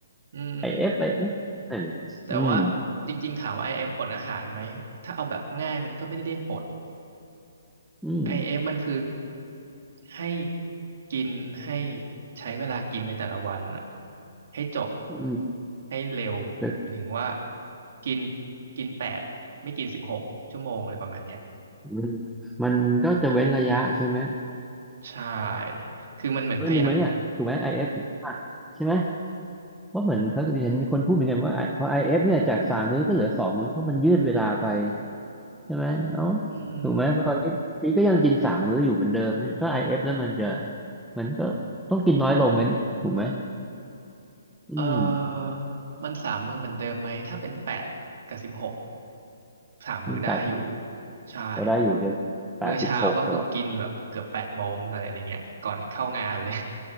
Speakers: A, on the right; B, in the centre.
A: อืม
B: ไอเอฟไอเอฟนั่นดิอืม
A: แต่ว่าจริงๆถามว่า IF อเอฟอดอาหารไหม ถ้าเอาแบบง่ายมันก็ไม่ได้เรียกอด
B: อืม
A: ไอเอฟมันคือให้กินให้ใช้เวลากินในแต่ละวันน่ะให้จบ
B: อืม
A: ให้เร็วหมายถึงว่า
B: แล้ว
A: กินกินแปดไม่กินสิบหกชั่วโมงอะไรประมาณเนี้ย
B: มันมันก็จะเว้นระยะใช่ไหม
A: ใช่คือมันเหมือนพยายาม
B: เออหนึ่งไหมเนี่ยถูกไหมไอเอฟใช่ไหมเพราะเหมือนเขาเห็นมีคนพูดเหมือนกันว่า I- พอ IF เอฟเนี่ยจากสามมื้อก็เหลือสองมื้อเพราะมันยืดเวลาไป ใช่ไหมเอ้า
A: อืม
B: ถูกไหมเพราะตอนนี้พี่ก็ยังกินสามมื้ออยู่เหมือนเดิมเนี่ยถ้าไอเอฟแล้วมันจะมันก็ต้องกินน้อยลงไหมเนี่ยถูกไหมอืม
A: เออมันสามมื้อเหมือนเดิมไหมถ้าเป็นแปดกับสิบหกสามมื้อได้อยู่
B: อืมแปดสิบ
A: ใช่
B: ก็ได้อยู่ใช่ไหมแปดสิบหกก็
A: มื้อเช้าก็คือกินแบบเกือบแปดโมงอะไรอย่างเงี้ยก่อนเข้างานเลย